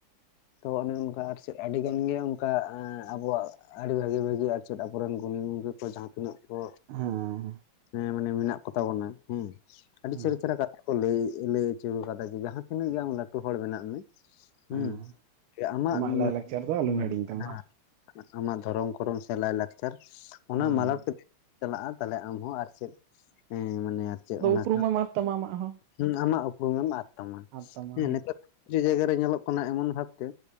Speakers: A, on the left (about 85°); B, on the right (about 80°).
A: ᱛᱚ ᱚᱱᱮ ᱚᱱᱠᱟ ᱟᱨ ᱪᱮᱫ ᱟᱹᱰᱤ ᱜᱟᱱ ᱜᱮ ᱚᱱᱠᱟ ᱮᱸ ᱟᱵᱚᱣᱟᱜ᱾ ᱟᱹᱰᱤ ᱵᱷᱟᱹᱜᱤ ᱵᱷᱟᱹᱜᱤ ᱟᱨ ᱪᱮᱫ ᱟᱵᱚᱨᱮᱱ ᱜᱩᱱᱤ ᱜᱚᱝᱠᱮ ᱠᱚ ᱡᱟᱦᱟᱸ ᱛᱤᱱᱟᱹᱜ ᱠᱚ
B: ᱦᱮᱸ
A: ᱦᱮᱸ ᱢᱟᱱᱮ ᱢᱮᱱᱟᱜ ᱠᱚ ᱛᱟᱵᱚᱱᱟ ᱦᱩᱸ ᱟᱹᱰᱤ
B: ᱦᱮᱸ
A: ᱪᱮᱦᱨᱟ ᱪᱮᱦᱨᱟ ᱠᱟᱛ ᱠᱚ ᱞᱟᱹᱭ ᱞᱟᱹᱭ ᱟᱪᱚ ᱟᱠᱟᱫᱟ ᱡᱮ ᱡᱟᱦᱟᱸ ᱛᱤᱱᱟᱹᱜ ᱜᱮ ᱟᱢ ᱞᱟᱹᱴᱩ ᱦᱚᱲ ᱵᱮᱱᱟᱜ ᱢᱮ᱾ ᱦᱩᱸ
B: ᱦᱮᱸ
A: ᱡᱮ ᱟᱢᱟᱜ
B: ᱞᱟᱭᱼᱞᱟᱠᱪᱟᱨ ᱫᱚ ᱟᱞᱚᱢ
A: <unintelligible>
B: ᱦᱤᱲᱤᱧ ᱛᱟᱢᱟ
A: ᱟᱢᱟᱜ ᱫᱷᱚᱨᱚᱢ ᱠᱚᱨᱚᱢ ᱥᱮ ᱞᱟᱭᱼᱞᱟᱠᱪᱟᱨ᱾ ᱚᱱᱟ
B: ᱦᱮᱸ
A: ᱢᱞᱟᱚᱴ ᱠᱟᱛᱮᱜ ᱪᱟᱞᱟᱜᱼᱟ, ᱛᱟᱦᱞᱮ ᱟᱢᱦᱚᱸ ᱟᱨ ᱪᱮᱫ ᱦᱮᱸᱢᱟᱱᱮ ᱪᱮᱫ
B: ᱟᱫᱚ
A: ᱚᱱᱟ
B: ᱩᱯᱨᱩᱢ ᱮᱢ ᱟᱫ ᱛᱟᱢᱟ ᱟᱢᱟᱜ ᱦᱚᱸ
A: ᱠᱷᱚᱱᱟᱜ ᱟᱢᱟᱜ ᱩᱯᱨᱩᱢᱮᱢ ᱟᱫ ᱛᱟᱢᱟ,
B: ᱟᱫ ᱛᱟᱢᱟ
A: ᱦᱮᱸ ᱱᱤᱛᱟᱨ ᱡᱮ ᱡᱟᱭᱜᱟ ᱨᱮ ᱧᱮᱞᱚᱜ ᱠᱟᱱᱟ ᱮᱢᱚᱱ ᱵᱷᱟᱵᱽᱛᱮ